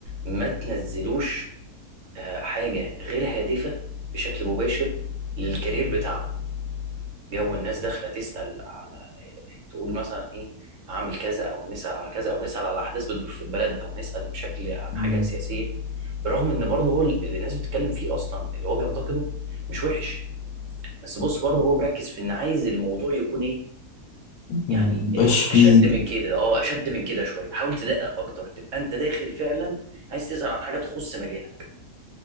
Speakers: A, on the right; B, on the left.
A: ما تنزلوش آه، حاجه غير هادفه بشكل مباشر للكارير بتاعكم جو الناس داخله تسال على تقول مثلا ايه هعمل كذا او نسال على كذا او نسال على احداث بتدور في البلد او نسال بشكل عن
B: مم.
A: حاجه سياسيه برغم ان برضه هو اللي الناس بتتكلم فيه اصلا اللي هو بينتقده مش وحش بس بص برضه هو مركز في ان عايز الموضوع يكون ايه
B: مبقاش
A: يعني آه،
B: فيه
A: اشد من كده اه اشد من كده شويه حاول تدقق اكتر تبقى انت داخل فعلا عايز تسال عن حاجه تخص مجالك